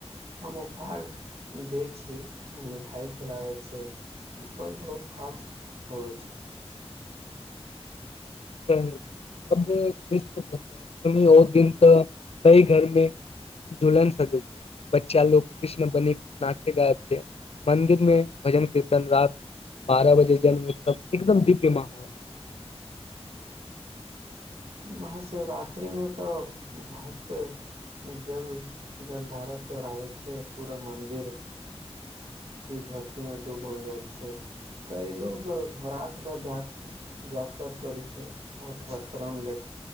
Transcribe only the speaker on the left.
सही अब कृष्ण जन्माष्टमी ओ दिन तऽ कई घरमे जुलन सकै छै बच्चा लोग कृष्ण बनी नाचे गाब छै मन्दिर मे भजन कीर्तन राति बारह बजे जन्म उत्सव एकदम दिव्य माहौल